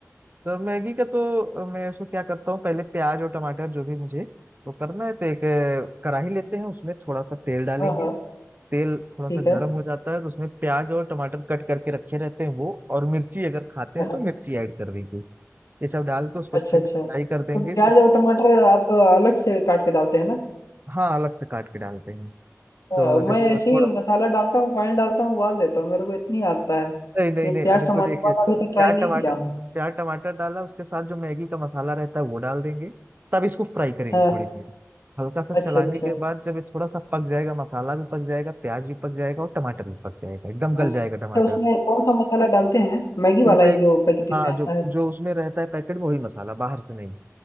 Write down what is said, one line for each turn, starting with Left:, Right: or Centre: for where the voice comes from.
Right: तो मैगी का तो मैं उसको क्या करता हूँ पहले प्याज और टमाटर जो भी मुझे वो करना है तो एक अ, कढ़ाई लेते हैं उसमें थोड़ा सा तेल डालेंगे
Left: हाँ हाँ
Right: तेल थोड़ा
Left: ठीक
Right: सा
Left: है
Right: गर्म हो जाता है तो उसमें प्याज और टमाटर कट करके रखे रहते हैं वो और मिर्ची अगर खाते
Left: हाँ,
Right: हैं
Left: हाँ,
Right: तो मिर्ची ऐड कर देंगे ये सब डाल के उसको अच्छे
Left: अच्छा अच्छा
Right: से फ्राई
Left: तो
Right: कर देंगे
Left: प्याज
Right: जब
Left: और टमाटर आप अलग से काट के डालते हैं ना
Right: हाँ अलग से काट के डालते हैं
Left: अ,
Right: तो जब
Left: मैं
Right: वो
Left: ऐसे
Right: थोड़ा
Left: ही मसाला डालता हूँ पानी डालता हूँ उबाल देता हूँ मेरे को इतनी आता है
Right: नहीं नहीं
Left: ये प्याज
Right: नहीं अब इसको
Left: टमाटर
Right: देखिए
Left: वाला अभी तक ट्राई
Right: प्याज
Left: नहीं
Right: टमाटर
Left: किया हूँ
Right: प्याज टमाटर डाला उसके साथ जो मैगी का मसाला रहता है वो डाल देंगे तब इसको फ्राई करेंगे
Left: हाँ
Right: थोड़ी देर हल्का सा
Left: अच्छा
Right: चलाने
Left: अच्छा
Right: के बाद जब ये थोड़ा सा पक जाएगा मसाला भी पक जाएगा प्याज भी पक जाएगा और टमाटर भी पक जाएगा एकदम गल
Left: हाँ।
Right: जाएगा टमाटर
Left: तो उसमें कौन सा मसाला डालते हैं मैगी वाला
Right: वो मैं
Left: ही जो पैकेट
Right: हाँ
Left: में आता
Right: जो
Left: है
Right: जो उसमें रहता है पैकेट में वही मसाला बाहर से नहीं